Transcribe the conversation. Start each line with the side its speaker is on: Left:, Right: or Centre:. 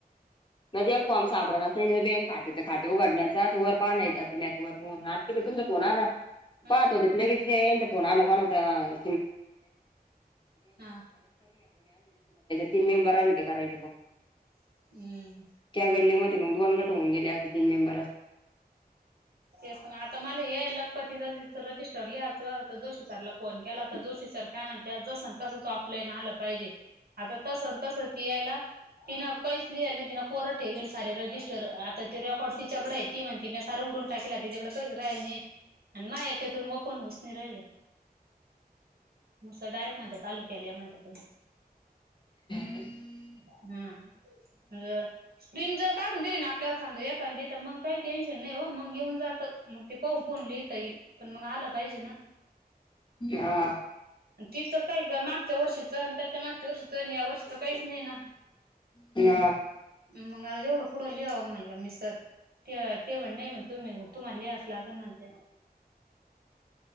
Left: मध्ये एक फॉर्म सापडना बँक खात्याचं खाते उघडण्याचा वर पाह नाहीयचा वर ह तिकडे तुमचा फोन आला
Right: ह
Left: पाहत हो त ल कसरी यांच्या फोन आला कोणा
Right: हा
Left: <inaudible> त मेंबर कराय
Right: हम्म
Left: त्या गडली दोन ग होऊन गेले अस तीन मेंबर अस
Right: तेच ना आता मला हे लखपती जच रजिस्टर लिहायं जोशी सरला फोन केला तर जोशी सर काय म्हणत जस तसच ऑफलाईन आलं पाहिजे आता तस तसच यायला तिनं काहीच लिहिल ना तिं कोरं ठेवेल सारे रजिस्टर आता ते रेकॉर् ती चगडं आहे ती म्हणते म सार उडून टाकला तिच्याकडं काही राहिल नाही आणि मा याच्यातून पन उसणी राहिल मगस डायरेक्ट म्हणत तालुक्याला या म्हणत तुम्ही
Left: हम
Right: हा अ स्प्रिंग जर काढून दिली ना आपल्याला समजा एखांदी मग काही टेन्श नाही हो मग येऊन जात मग ते पा पोन लिहता येईल पण मग आलं पाहिजे ना
Left: हा
Right: तिचं काय का मागच्या वर्षीच आणि त्याच्या मागच्या वर्षीच आणि या वर्षीच काहीच नाही ना
Left: हां
Right: मग आता जवढं कुठं लिहावं म्हणला मि सर ते ते म्हण नाही म्हण तुम्ही तुम्हाला लिहास लागल ना त्या